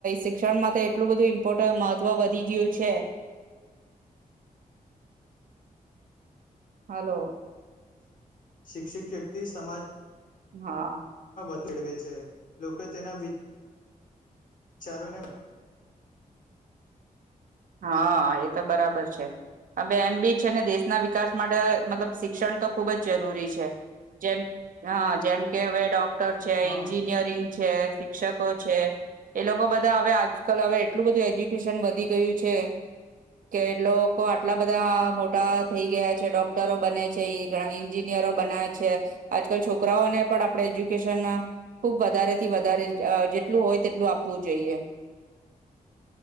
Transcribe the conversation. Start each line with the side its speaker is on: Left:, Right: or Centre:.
Right: શિક્ષણ માં તો એટલું બધું ઇમ્પોર્ટ વ વધી ગયું છે. હલો
Left: શિક્ષિત વ્યક્તિ સમાજ
Right: હા
Left: <inaudible> છે લોકો તેના વિચારોને
Right: હા એ તો બરાબર છે હ એમ બી છે ને દેશના વિકાસ માટે મતલબ શિક્ષણ તો ખુબ જ જરૂરી છે જેમ હ જેમ કે હવે ડોક ડક્ટર
Left: હા
Right: છે, એન્જિનિયરિંગ છે, શિક્ષકો છે એ લોકો બધા હવે આજકલ હવે એટલું બધું એજ્યુકેશન વધી ગયું છે. <inaudible> કે એ લોકો આટલા બધા મોટા થઈ ગયા છે ડોક્ટરો બને છે એ એન્જિનિયરો બનાવે છે આજકાલ છોકરાઓને પણ આપણે એજ્યુકેશન ખુબ વધારે થી વધારે જેટલું હોય તેટલું આપવું જોઈએ